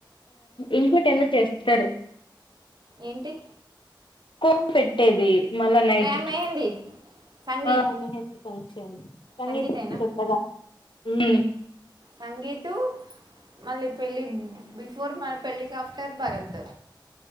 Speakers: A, on the left; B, on the right.
A: ఇంకోటి ఏదో చేస్తాడు.
B: ఏంటి
A: కోన్ పెట్టేది. మళ్ళా నైట్కి
B: మే మెహందీ సంగీత్
A: ఆ మెహందీ ఫంక్షన్ సంగీతం
B: సంగీతేనా
A: కొత్తగా ఊమ్
B: సంగీతు మళ్ళీ పెళ్ళి బిఫోర్ మ పెళ్లికాప్టర్ భరత్